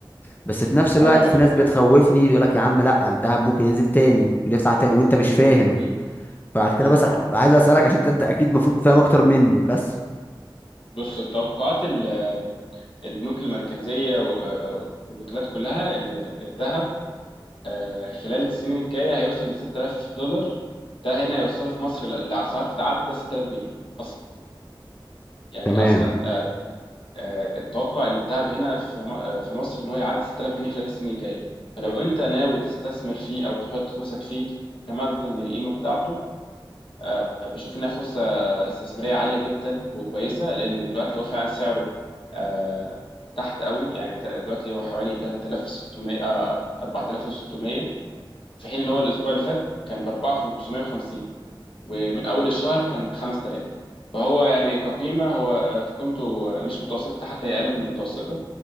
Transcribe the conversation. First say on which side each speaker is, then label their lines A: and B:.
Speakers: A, on the left (about 20°); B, on the left (about 75°).
A: بس في نفس
B: انا
A: الوقت
B: هقول
A: في ناس
B: لك
A: بتخوفني يقول لك يا عم لا الدهب ممكن ينزل تاني ممكن يطلع تاني وانت مش فاهم
B: امم
A: فعشان كده
B: امم
A: بس عايز اسالك عشان انت انت اكيد المفروض فاهم اكتر مني بس
B: بص توقعات ال- البنوك المركزية و- آه، والوكالات كلها ان الذهب آه، خلال السنين الجاية هيوصل ل 6000 دولار ده هنا يوصله في مصر لأسعار تتعدى 6000 جنيه اصلا يعني
A: تمام
B: اصلا آه، آه، التوقع اللي اتذهب هنا في م- آه، في مصر ان هو يعدي 6000 جنيه خلال السنين الجايه فلو انت ناوي تستثمر فيه او تحط فلوسك فيه كمخزن للقيمه بتاعته آه، بشوف انها فرصه استثماريه عاليه جدا وكويسه لان دلوقتي هو فعلا سعره آه، تحت قوي يعني ت- دلوقتي هو حوالي 3600 آه، 4600 في حين ان هو الاسبوع اللي فات كان ب 4550 ومن اول الشهر كان ب 5000 فهو يعني كقيمة هو آه، في قيمته مش متوسطة حتى هي أقل من المتوسطة